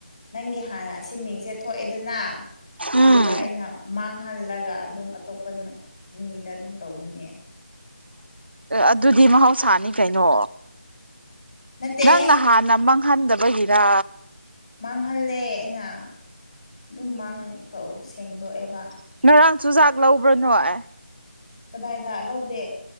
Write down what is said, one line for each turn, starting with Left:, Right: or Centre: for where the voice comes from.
Left: ꯅꯪꯒꯤ ꯍꯥꯟꯅ ꯑꯁꯤ ꯃꯤꯡꯁꯦ ꯊꯣꯛꯑꯦꯗꯅ
Right: ꯎꯝ
Left: ꯑꯗꯨꯒ ꯑꯩꯅ ꯃꯥꯡꯍꯜꯂꯒ ꯑꯗꯨꯝ ꯑꯇꯣꯞꯄꯅ ꯃꯤꯗ ꯑꯗꯨꯝ ꯇꯧꯕꯅꯦ
Right: ꯑꯗꯨꯗꯤ ꯃꯍꯧꯁꯥꯅꯤ ꯀꯩꯅꯣ
Left: ꯅꯠꯇꯦꯍꯦ
Right: ꯅꯪꯅ ꯍꯥꯟꯅ ꯃꯥꯡꯍꯟꯗꯕꯒꯤꯔ
Left: ꯃꯥꯡꯍꯜꯂꯦ ꯑꯩꯅ ꯑꯗꯨꯝ
Right: ꯎꯝ
Left: ꯃꯥꯡ ꯁꯦꯡꯗꯣꯛꯑꯦꯕ
Right: ꯉꯔꯥꯡ ꯆꯨꯖꯥꯛ ꯂꯧꯕ꯭ꯔꯥ ꯅꯣꯏ
Left: ꯀꯗꯥꯏꯗ ꯂꯧꯗꯦ